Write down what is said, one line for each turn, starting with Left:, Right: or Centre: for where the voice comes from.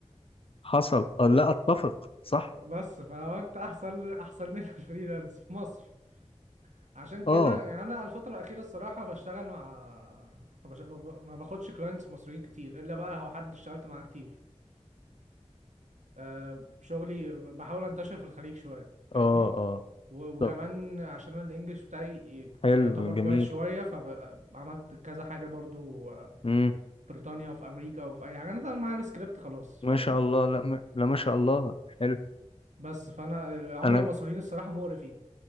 Left: حصل اه لا أتفق
Right: <laughs>
Left: صح
Right: بس فهو انت احسن احسن لنا الفريلانس في مصر عشان كده
Left: اه
Right: يعني انا الفتره الاخيره الصراحه بشتغل مع ما بش- ما ب- ما باخدش كلاينتس مصريين كتير الا بقى لو حد اشتغلت معاه كتير آه، شغلي بحاول انتشر في الخليج شوية فاهمني
Left: اه اه
Right: و- وكمان
Left: طب
Right: عشان انا الانجليش بتاعي ي-
Left: حلو
Right: يعتبر كويس
Left: جميل
Right: شوية فعملت كذا حاجة برضو آه،
Left: امم
Right: في بريطانيا وفي امريكا وفي اي حاجة انا طبعاً معايا السكريبت خلاص
Left: ما
Right: فاهمني
Left: شاء الله لا ما... لا ما شاء الله حلو
Right: بس فانا العملاء
Left: انا
Right: المصريين الصراحة مقرفين